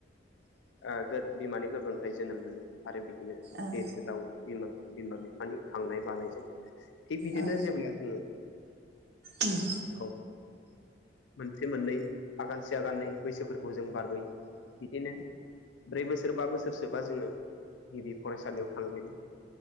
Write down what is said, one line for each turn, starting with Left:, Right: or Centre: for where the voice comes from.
Left: ओ गोद बिमानि गोरबोनिफ्राय जोनोम मोनो आरो बिदिनो
Right: उम
Left: देरो लावो बिमा बिमा बिफानि खांनाय बानायजों थिग बिदिनो
Right: औ
Left: जेब्ला जोङो
Right: उम
Left: औ मोनसे मोननै आगानसे आगाननै बैसोफोरखौ जों बारबोयो बिदिनो ब्रै बोसोर बा बोसोरसोबा जोङो गिबि फरायसालियाव थांजेनो